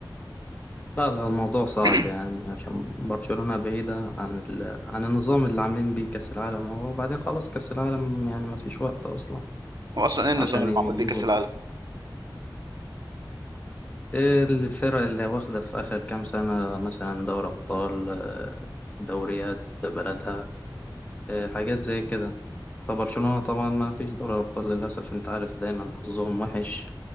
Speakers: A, on the left; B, on the right.
A: لا لا الموضوع صعب
B: <clears throat>
A: يعني عشان برشلونة بعيدة عن ال... عن النظام اللي عاملين بيه كأس العالم هو وبعدين خلاص كأس العالم يعني ما فيش وقت أصلا
B: هو اصلا ايه النظام
A: عشان
B: اللي
A: يجيبوا
B: معمول بيه كاس العالم
A: إيه الفرق اللي واخدة في آخر كام سنة مثلا دوري أبطال آه، دوريات بلدها آه، حاجات زي كده فبرشلونة طبعا ما فيش دوري أبطال للأسف أنت عارف دايما حظهم وحش